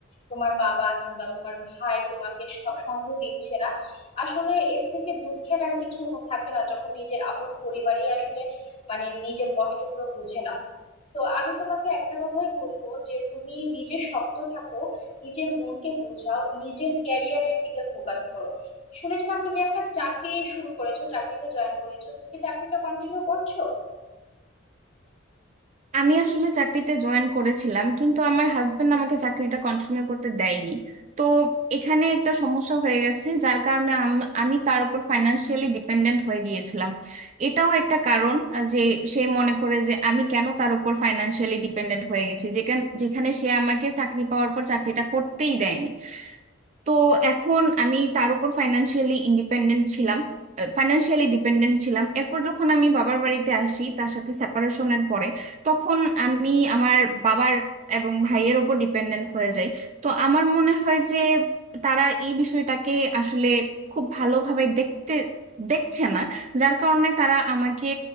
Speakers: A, on the left; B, on the right.
A: তোমার বাবা কিংবা তোমার ভাই তোমাকে স- সঙ্গ দিচ্ছে না আসলে এর থেকে দুঃখের আর কিছু হ- থাকে না যখন নিজের আপন পরিবারই আসলে মানে নিজের কষ্টগুলো বোঝে না তো আমি তোমাকে একটা কথাই বলবো যে তুমি নিজে শক্ত থাকো নিজের মনকে বোঝাও নিজের ক্যারিয়ারের দিকে ফোকাস করো শুনেছিলাম তুমি একটা চাকরি শুরু করেছো চাকরিতে জয়েন করেছো তুমি কি চাকরিটা কন্টিনিউ করছো
B: আমি আসলে চাকরিতে জয়েন করেছিলাম কিন্তু আমার হাজবেন্ড আমাকে চাকরিটা কন্টিনিউ করতে দেয়নি তো এখানে একটা সমস্যা হয়ে গেছে যার কারণে আম- আমি তার উপর ফাইনান্সিয়ালি ডিপেন্ডেন্ট হয়ে গিয়েছিলাম এটাও একটা কারণ আহ, যে সে মনে করে যে আমি কেন তার উপর ফাইনান্সিয়ালি ডিপেন্ডেন্ট হয়ে গেছি যেখানে যেখানে সে আমাকে চাকরি পাওয়ার পর চাকরিটা করতেই দেয়নি তো এখন আমি তার উপর ফাইনান্সিয়ালি ইন্ডিপেন্ডেন্ট ছিলাম ফাইনান্সিয়ালি ডিপেন্ডেন্ট ছিলাম এরপর যখন আমি বাবার বাড়িতে আসি তার সাথে সেপারেশনের পরে তখন আমি আমার বাবার এবং ভাইয়ের ওপর ডিপেন্ডেন্ট হয়ে যাই তো আমার মনে হয় যে তারা এই বিষয়টাকে আসলে খুব ভালোভাবে দেখতে দেখছে না যার কারণে তারা আমাকে